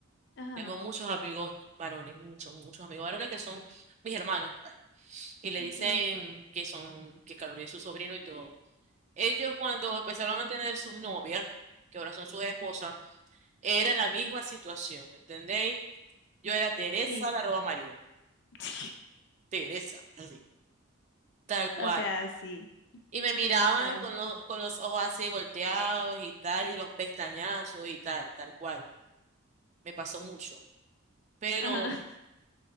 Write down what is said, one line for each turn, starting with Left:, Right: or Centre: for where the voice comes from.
Left: Ajá,
Right: Tengo muchos amigos varones, muchos, muchos amigos varones que son mis hermanos, pues. Y le
Left: ok.
Right: dicen que son, que Carlos es su sobrino y todo. Ellos cuando empezaron a tener sus novias, que ahora son sus esposas, era la misma situación, ¿me entendéis? Yo era Teresa,
Left: Sí.
Right: la roba marido.
Left: <laughs>
Right: Teresa, así, tal cual.
Left: O sea, sí.
Right: Y me miraban
Left: Drama.
Right: con, lo- con los ojos así volteados y tal, y los pestañazos y tal, tal cual. Me pasó mucho. Pero
Left: Ajá.